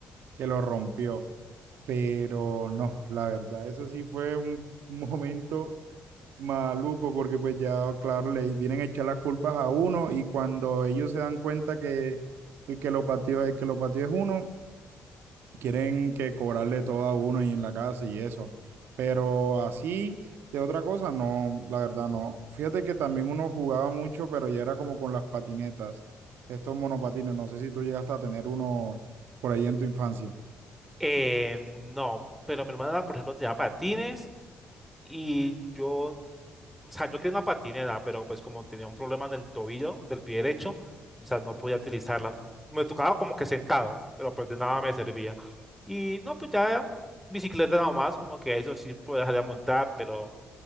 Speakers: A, on the right; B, in the centre.
A: que lo rompió. Pero no, la verdad, eso sí fue un <laughs> momento maluco porque pues ya, claro, le vienen a echar las culpas a uno y cuando ellos se dan cuenta que el que lo pateó, el que lo pateó es uno, quieren que cobrarle todo a uno y en la casa y eso. Pero así, de otra cosa, no, la verdad no. Fíjate que también uno jugaba mucho, pero ya era como con las patinetas, estos monopatines. No sé si tú llegaste a tener uno por ahí en tu infancia.
B: Eh, no, pero mi hermana, por ejemplo, tenía patines y yo O sea, yo quería una patineta, pero pues como tenía un problema en el tobillo del pie derecho, o sea, no podía utilizarla. Me tocaba como que sentado, pero pues de nada me servía. Y no, pues ya bicicleta nada más, como que eso sí podía salir a montar, pero